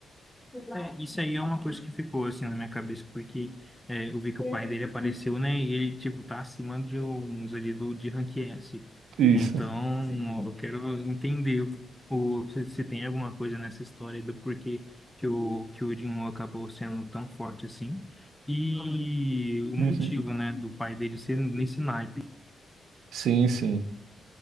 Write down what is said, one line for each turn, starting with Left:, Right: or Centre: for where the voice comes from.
Centre: É, isso aí é uma coisa que ficou assim na minha cabeça, porque é, eu vi que o pai dele apareceu, né? E ele, tipo, tá acima de uns ali do, de rank S.
Right: isso.
Centre: Então, ó, eu quero entender o, se, se tem alguma coisa nessa história do porquê que o, que o Jinwoo acabou sendo tão forte assim. E o
Right: Uhum.
Centre: motivo, né, do pai dele ser nesse naipe.
Right: Sim, sim.